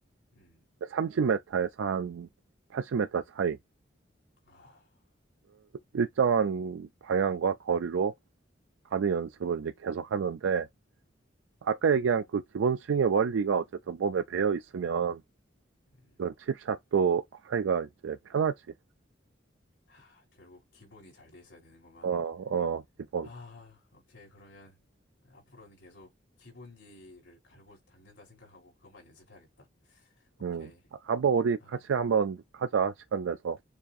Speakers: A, on the left; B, on the right.
A: 음,
B: 30m에서 한 80m 사이를
A: 아,
B: 일정한 방향과 거리로 가는 연습을 이제 계속 하는데 아까 얘기한 그 기본 스윙의 원리가 어쨌든 몸에 배어 있으면
A: 음,
B: 이런 칩샷도 하기가 이제 편하지.
A: 아, 결국 기본이 잘 돼 있어야 되는구만.
B: 어, 어, 기본.
A: 아, 오케이. 그러면 앞으로는 계속 기본기를 갈고 닦는다 생각하고 그것만 연습해야겠다. 오케이.
B: 음. 아, 한번 우리
A: 아,
B: 같이 한번 가자, 시간 내서.